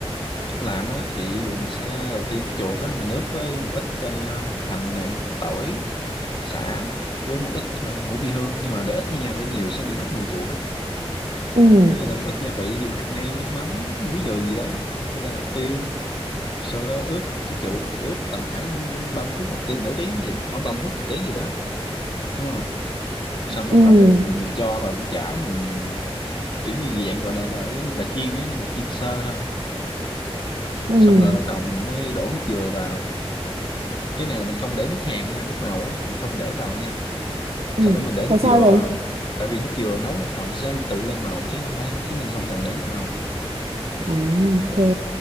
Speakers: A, on the left; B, on the right.
A: cách làm á thì ví dụ mình sẽ đầu tiên chuột á thì mình ướp với một ít ờ, hành này tỏi sả với một ít ờ, ngũ vị hương nhưng mà để ít thôi nha để nhiều sẽ bị mất mùi chuột á
B: ừ
A: thế là một ít gia vị ví dụ hạt nêm nước mắm muối đường gì đó với lại một ít tiêu sau đó ướp chứ chuột thì ướp tầm khoảng ba mươi phút một tiếng nửa tiếng gì đó khoảng ba mươi phút một tiếng gì đó đúng không xong bắt
B: ừ
A: đầu mình cho vào cái chảo mình kiểu như dạng gọi là, là giống như là chiên á nhưng mà chiên sơ thôi
B: ừ
A: xong rồi bắt đầu mình mới đổ nước dừa vào cái này là mình không để nước hàn nha nước màu á mình không để vào nha
B: ừ
A: sau đó mình để
B: tại
A: nước
B: sao
A: dừa
B: vậy
A: vào tại vì nước dừa nấu một hồi nó sẽ tự lên màu chứ không phải chứ mình không cần để nước màu
B: À,
A: à,
B: ok.